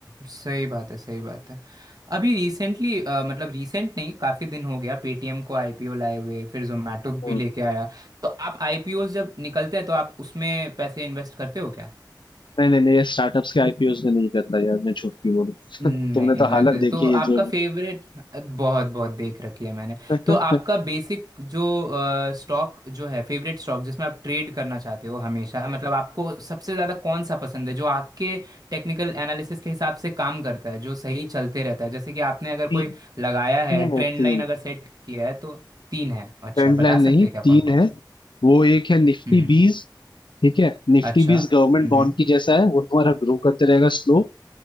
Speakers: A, on the right; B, on the left.
A: सही बात है सही बात है अभी रिसेंटली मतलब रिसेंट नहीं काफ़ी दिन हो गया पेटीएम को आईपीओ लाए हुए फिर जोमेटो
B: हम्म।
A: भी लेके आया तो आप आईपीओ जब निकलते हैं तो आप उसमें पैसे इन्वेस्ट करते हो क्या
B: नहीं नहीं मैं ये स्टार्टअप्स के आईपीओस में नहीं करता यार मैं झूठ क्यों बोलूं
A: नहीं
B: <laughs> तुमने तो
A: करते
B: हालत
A: तो
B: देखी है
A: आपका
B: जो
A: फेवरेट बहुत बहुत देख रखी है मैंने
B: <laughs>
A: तो आपका बेसिक जो स्टॉक जो है फेवरेट स्टॉक जिसमें आप ट्रेड करना चाहते हो हमेशा मतलब आपको सबसे ज़्यादा कौन सा पसंद है जो आपके टेक्निकल एनालिसिस के हिसाब से काम करता है जो सही चलते रहता है जैसे कि आपने अगर
B: ती,
A: कोई लगाया
B: तीन
A: है ट्रेंड
B: है तीन
A: लाइन अगर सेट किया है तो तीन है अच्छा
B: ट्रेंड लाइन
A: बता
B: नहीं
A: सकते हैं क्या
B: तीन
A: कौन कौन सा
B: है वो एक है निफ्टी
A: हम्म हम्म।
B: बीस ठीक है निफ्टी
A: अच्छा
B: बीस गवर्नमेंट
A: हम्म
B: बॉन्ड की जैसा है वो तुम्हारा ग्रो करते रहेगा स्लो